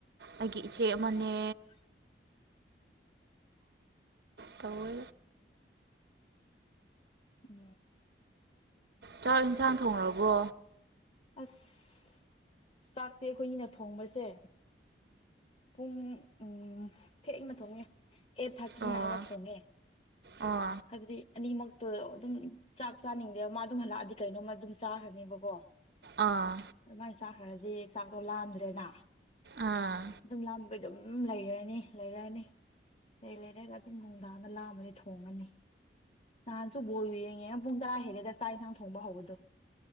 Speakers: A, on the right (about 60°); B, on the left (about 35°).
A: ꯑꯩꯒꯤ ꯏꯆꯦ ꯑꯃꯅꯦ
B: <unintelligible>
A: ꯇꯋ
B: ꯎ
A: ꯆꯥꯛ ꯏꯟꯁꯥꯡ ꯊꯣꯡꯈꯔꯕꯣ
B: ꯑꯁ ꯆꯥꯛꯇꯦ ꯑꯩꯈꯣꯏꯒꯤꯅ ꯊꯣꯡꯕꯁꯦ ꯄꯨꯡ ꯎ ꯊꯦꯡꯅ ꯊꯣꯡꯉꯦ ꯑꯩꯠ ꯊꯥꯔꯇꯤ
A: ꯑꯣ
B: ꯅꯥꯏꯅ ꯊꯣꯡꯉꯦ
A: ꯑꯣ
B: ꯍꯥꯏꯕꯗꯤ ꯑꯅꯤꯃꯛ ꯑꯗꯨꯝ ꯆꯥꯛ ꯆꯥꯅꯤꯡꯗꯦꯕ ꯃꯥ ꯑꯗꯨꯝ ꯍꯜꯂꯛꯑꯗꯤ ꯀꯩꯅꯣꯝꯃ ꯑꯗꯨꯝ ꯆꯥꯈ꯭ꯔꯅꯦꯕꯀꯣ
A: ꯑꯥ
B: ꯑꯗꯨꯃꯥꯏꯅ ꯆꯥꯛꯈ꯭ꯔꯗꯤ ꯆꯥꯛꯇꯣ ꯂꯥꯝ ꯗ꯭ꯔꯦꯅ
A: ꯑꯥ
B: ꯑꯗꯨꯝ ꯂꯥꯝꯃꯒ ꯑꯗꯨꯝ ꯂꯩꯔꯅꯤ ꯂꯩꯔꯅꯤ ꯂꯩ ꯂꯩꯔꯒ ꯑꯗꯨꯝ ꯅꯨꯡꯗꯥꯡꯗ ꯂꯥꯃꯗꯩ ꯊꯣꯡꯉꯅꯤ ꯅꯍꯥꯟꯁꯨ ꯕꯣꯜ ꯌꯦꯡꯉꯦ ꯄꯨꯡ ꯇꯔꯥ ꯍꯦꯜꯂꯦꯒ ꯆꯥꯛ ꯏꯟꯁꯥꯡ ꯊꯣꯡꯕ ꯍꯧꯕꯗꯣ